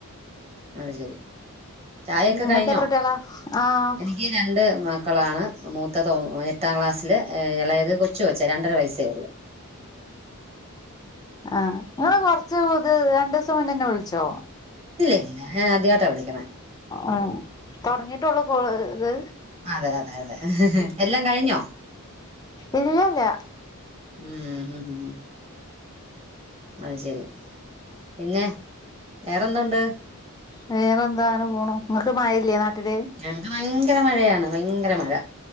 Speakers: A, on the right; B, on the left.
A: അത് ശരി ചായയൊക്കെ
B: നിങ്ങൾക്ക്
A: കഴിഞ്ഞോ
B: എത്ര കുട്ട്യാള ആഹ്
A: എനിക്ക് രണ്ട് മക്കളാണ് മൂത്തത് ഒ എട്ടാം ക്ലാസ്സില് എളേയത് കൊച്ചുകൊച്ചാ രണ്ടര വയസ്സേള്ളൂ.
B: ആഹ് നിങ്ങള് കൊറച്ച് ഇത് രണ്ടു ദിവസം മുന്നന്നെ വിളിച്ചോ
A: ഇല്ലില്ല ഞാൻ ആദ്യയിട്ടാ വിളിക്കണ
B: ഓ തൊടങ്ങിട്ടൊള്ളു കോൾ ഇത്
A: അതെ അതെ അതെ എല്ലാം കഴിഞ്ഞോ
B: ഇല്ലല്ല
A: ഉം ഉ അത് ശരി പിന്നെ വേറെന്തോണ്ട്
B: വേറെ എന്താന പോണു നിങ്ങക്ക് മഴല്ലേ നാട്ടില്
A: ഞങ്ങക്ക് ഭയങ്കര മഴയാണ് ഭയങ്കര മഴ